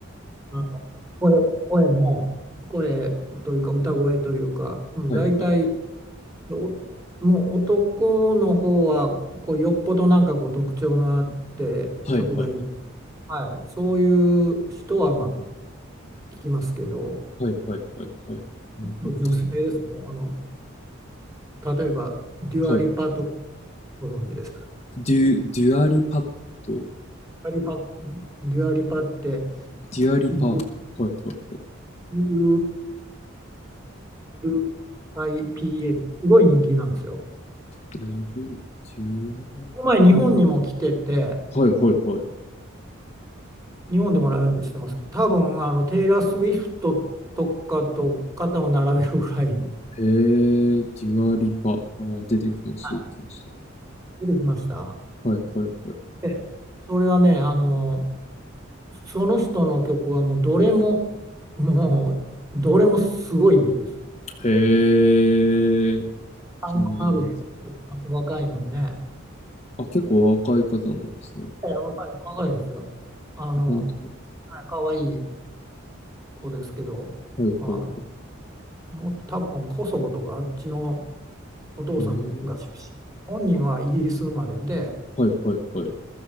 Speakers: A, on the right; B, on the left.
A: あの声、声も、声というか、歌声というか、うん、
B: はいはい。
A: 大体おもう男の方はこうよっぽどなんかこう特徴のあって曲がいい、
B: はいはい。
A: はい、そういう人はまあ聞きますけど
B: はいはいはいはい。うん
A: 女性ですねもうあの例えばデュアリパとか
B: はい。
A: ご存知です
B: デュ、デュアリパッド。
A: デュアリパ、デュアリパって
B: デュアリパ。
A: イギリ
B: はいはいはい。
A: ス LIPA すごい人気なんですよ。
B: デュ、デュ
A: この前日本にも来てて
B: ア、はいはいはい。
A: 日本でもライブしてます。多分あのテイラー・スウィフトとかと肩を並べるぐらい
B: へえ、デュアリパ。あー、出てきました、
A: はい
B: 出てきまし
A: 出てきました。
B: た。はいはいはい。
A: でそれはね、あの、その人の曲はもうどれも、もうどれもすごいです。
B: へえ。
A: 才能ある人だと思います若いのにね。
B: 気になります。あ、結構若い方なんですね。
A: ええ若い、若いです。あの、
B: あ本当だ。
A: はい可愛い子ですけど、
B: はいはいはい。
A: あの、もう多分コソボとかあっちのお父さんが出身、
B: えー、
A: 本人はイギリス生まれで、
B: はいはいはい。